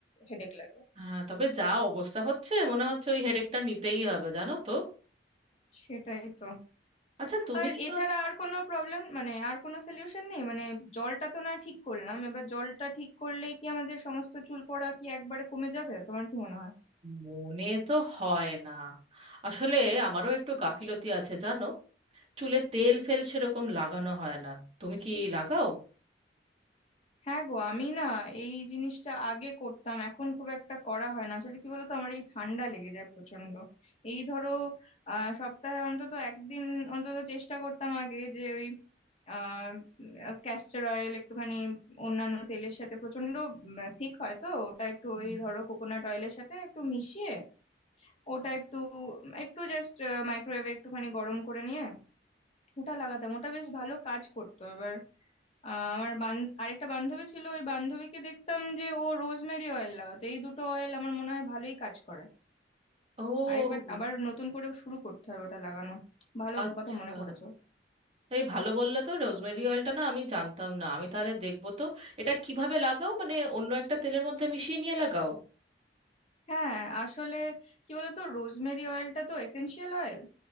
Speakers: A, on the left (about 35°); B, on the right (about 35°).
A: হেডেক লাগে
B: হ্যাঁ তবে যা অবস্থা হচ্ছে মনে হচ্ছে ওই হেডেকটা নিতেই হবে জানো তো
A: সেটাই তো
B: আচ্ছা তুমি
A: আর
B: কি কোনো
A: এছাড়া আর কোনো প্রবলেম মানে আর কোনো সলিউশন নেই মানে জলটা তো না ঠিক করলাম এবার জলটা ঠিক করলেই কি আমাদের সমস্ত চুল পড়া কি একবারে কমে যাবে তোমার কি মনে হয়
B: মনে তো হয় না আসলে আমারও একটু গাফিলতি আছে জানো চুলে তেল ফেল সেরকম লাগানো হয় না তুমি কি লাগাও
A: হ্যাঁ গো আমি না এই জিনিসটা আগে করতাম এখন খুব একটা করা হয় না আসলে কি বলতো আমার এই ঠান্ডা লেগে যায় প্রচন্ড এই ধরো আহ সপ্তাহে অন্তত একদিন অন্তত চেষ্টা করতাম আগে যে ওই আহ ক্যাস্টর অয়েল একটুখানি অন্যান্য তেলের সাথে প্রচন্ড ঠিক হয় তো ওটা একটু
B: হুম।
A: ওই ধরো কোকোনাট অয়েলের সাথে একটু মিশিয়ে ওটা একটু একটু জাস্ট মাইক্রোওয়েভে একটুখানি গরম করে নিয়ে ওটা লাগাতাম ওটা বেশ ভালো কাজ করতো এবার আহ আমার বান আরেকটা বান্ধবী ছিল ওই বান্ধবীকে দেখতাম যে ও রোজমেরি অয়েল লাগাতো এই দুটো অয়েল আমার মনে হয় ভালোই কাজ করে
B: ও
A: আরেকবার আবার নতুন করে শুরু করতে হবে ওটা লাগানো ভালো
B: আচ্ছা
A: কথা মনে করেছো
B: এই ভালো বললে তো রোজমেরি অয়েলটা না আমি জানতাম না আমি তাহলে দেখবো তো এটা কিভাবে লাগাও মানে অন্য একটা তেলের মধ্যে মিশিয়ে নিয়ে লাগাও
A: হ্যাঁ আসলে কি বলতো রোজমেরি অয়েলটা তো এসেনশিয়াল অয়েল